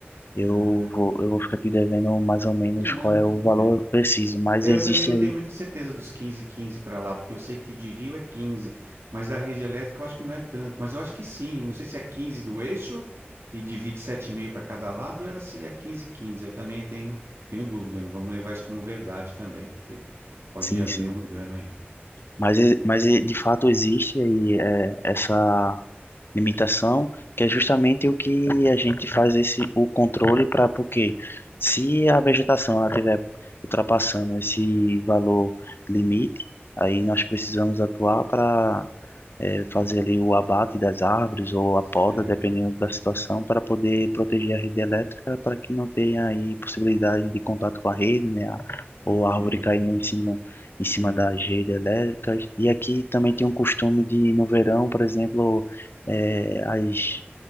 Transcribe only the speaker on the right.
Ah,
entendi.
Não,
tudo
bem.
É,
eu também não
tenho muita certeza dos 15 15 para lá, porque eu sei que de Rio é 15, mas da rede elétrica eu acho que não é tanto, mas eu acho que sim. eu Não sei se é 15 do eixo e divide sete e meio para cada lado, ou era se é 15 15. Eu também tenho, tenho dúvida, não vamos levar isso como verdade também, porque pode
haver
um engano aí.
Certo?
Entendo.
Sim.